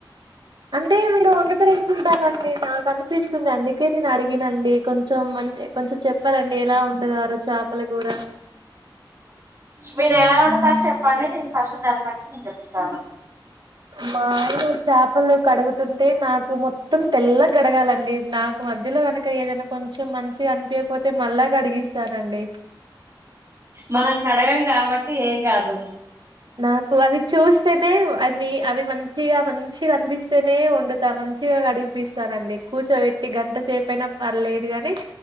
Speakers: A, on the right (about 65°); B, on the right (about 35°).
A: అంటే మీరు వండుతరనీ టానండి నాకు అనిపిస్తుంది అందుకే నేను అడిగినండి కొంచెం మం కొంచెం చెప్పారండి ఎలా వండుతారో చాపల కూర
B: మీరు ఎలా వండుతారు చెప్పండి నేను ఫస్ట్ దాన్ని బట్టి నేను చెప్తాను
A: మా ఆయన చాపలు కడుగుతుంటే నాకు మొత్తం తెల్లగా కడగాలండి నాకు మధ్యలో గనుక ఏదైన కొంచెం మంచిగా అనిపియపోతే మళ్ళా కడిగిస్తానండి
B: మనం కడగం కబట్టి ఏం గాదు
A: నాకు అది చూస్తేనే అవి అవి మంచి మంచిగా మంచిగా కనిపిస్తేనే వండుతా మంచిగా కడిగిపిస్తానండి కూర్చోబట్ గంటసేపు అయినా పర్లేదు గాని